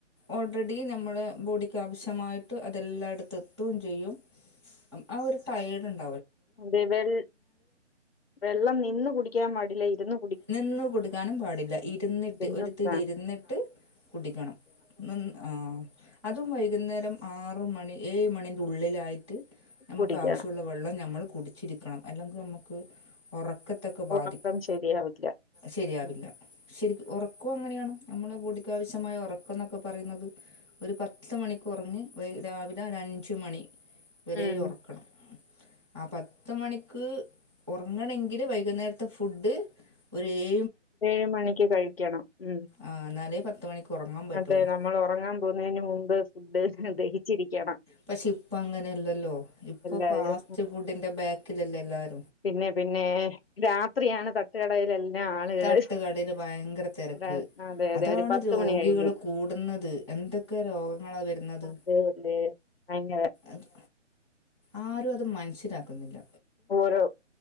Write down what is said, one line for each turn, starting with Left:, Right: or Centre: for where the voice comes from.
Right: ഓൾറെഡിനമ്മളെ ബോഡിക്കാവശ്യമായിട്ട് അതെല്ലായിടത്ത്ത്തെതും ചെയ്യും. ആ ഒരു ടയേർഡ്ണ്ട്.
Left: അതെ വെൾ വെള്ളം നിന്ന് കുടിക്കാൻ പടില്ല ഇരുന്നു.
Right: നിന്ന്കൊടുക്കാനുംപാടില്ല. ഇരുന്നിട്ട്
Left: ഇരുന്ന്
Right: ഒരുത്തിൽരുന്നിട്ട്
Left: ആ
Right: കുടിക്കണം നിന്ന് ആ അതുംവൈകുന്നേരംആറ് ആറ്മണി ഏഴ്മണിൻ്റെ ഉള്ളിലായിട്ട് ഞമക്ക്
Left: കുടിക്കണം
Right: ആവശ്യുള്ള വെള്ളം ഞമ്മള് കുടിച്ചിരിക്കണം. അല്ലെങ്കിൽമ്മക്ക് ഒറക്കത്തൊക്കെ ബാധിക്കും.
Left: ഉറക്കം ശരിയാവില്ല
Right: ശരിയാവില്ല.
Left: ഉം
Right: ശരിക്ക ഒറ ഉറക്കൊക്കെങ്ങനെയാണ് മ്മളെപൊടിക്കാവിശ്യമായ ഉറക്കന്നൊക്കെ പറയുന്നത് ഒരു പത്ത്മണിക്കുറങ്ങി വൈ രാവിലെരഞ്ച്മണി വരെഒറക്കണം
Left: ഉം.
Right: ആ പത്ത്മണിക്ക് ഒറങ്ങണങ്കില് വൈകുന്നേരത്തെഫുഡ് ഒരേ
Left: ഏഴ്മണിക്ക് കഴിക്കണം ഉം
Right: ആ എന്നാലേ പത്ത് മണിക്ക് ഉറങ്ങാൻ പറ്റുള്ളൂ
Left: അതെനമ്മൾ ഒറങ്ങാൻ പോവുന്നെന്മുമ്പ് ഫുഡ് ദഹിച്ചിരിക്കണം
Right: പക്ഷെപ്പ അങ്ങനെല്ലല്ലോ ഇപ്പൊ
Left: എല്ലാരും
Right: ഫാസ്റ്റ്ഫുഡിന്റെ ബാക്കിലല്ലേ എല്ലാരും
Left: പിന്നെപിന്നെ രാത്രിയാണ് തട്ടുകടയിലെല്ലാം ആളുകള്
Right: തട്ടുകടേൽ ഭയങ്കര തെരക്ക്
Left: ര- അതെ അതെ
Right: അതാണ്
Left: ഒരു പത്ത്
Right: രോഗികള്കൂടുന്നത്
Left: മണി കഴിഞ്ഞ്
Right: എന്തൊക്കെരോഗങ്ങളാവരുന്നത്
Left: അതെ അതെ അങ്ങനെ
Right: അത് ആരുംഅത് മൻസിലാക്കുന്നില്ല
Left: ഓരോ